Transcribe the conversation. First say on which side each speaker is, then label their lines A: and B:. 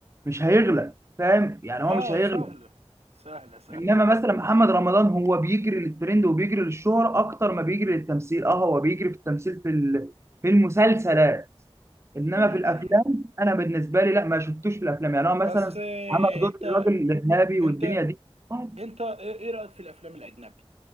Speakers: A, on the right (about 25°); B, on the right (about 85°).
A: مش هيغلى فاهم يعني هو
B: اه
A: مش هيغلى
B: سهلة سهلة سهلة
A: انما مثلا محمد رمضان هو بيجري للترند وبيجري للشهرة اكتر ما بيجري للتمثيل اه هو بيجري في التمثيل في ال- في المسلسلات انما
B: امم
A: في الافلام انا بالنسبه لي لا ما شفتوش في الافلام يعني هو مثلا
B: بس آه،
A: عمل دور
B: انت
A: الراجل الارهابي
B: انت
A: والدنيا دي عادي.
B: انت ايه إيه رأيك في الافلام الاجنبي